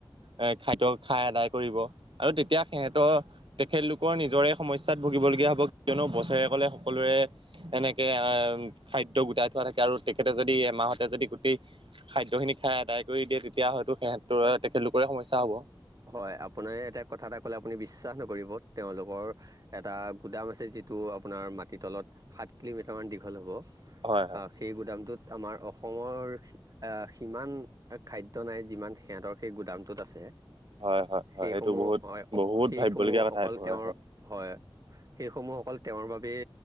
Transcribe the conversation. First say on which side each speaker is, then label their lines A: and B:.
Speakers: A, on the right; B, on the right.
A: এ খাদ্য খাই আদায় কৰিব আৰু এতিয়া সিহঁতৰ তেখেতলোকৰ নিজৰে সমস্যাত ভুগিবলগীয়া হ'ব কিয়নো বছৰে কলে সকলোৰে এনেকে আহ খাদ্য গোটাই থোৱা থাকে আৰু তেখেতে যদি এমাহতে যদি গোটেই খাদ্যখিনি খাই আদায় কৰি দিয়ে তেতিয়া হয়তো সিহঁতৰ তেখেতলোকৰে সমস্যা হ'ব
B: হয় আপোনাৰ এতিয়া কথা এটা আপুনি বিশ্বাস নকৰিব তেওঁলোকৰ এটা গুাম আ যিটো আপোনাৰ মত- সাত কিলোমিটাৰমান দীঘল হ'ব আৰু
A: হয় হয়
B: সেই গুদামটোত আমাৰ অসমৰ সিমান খাদ্য নাই যিমান সিহঁতৰ সেই গুদামটোত আছে
A: হয় হয় হয়
B: সেই
A: এইটো
B: সমূহ
A: বহুত
B: অ
A: বহুত
B: সেই
A: ভাবিবলগীয়া
B: সমূহ
A: কথা
B: অকল
A: এইটো
B: তেওঁৰ
A: হয় হয়
B: হয় সেইসমূহক অকল তেওঁৰ বাবেই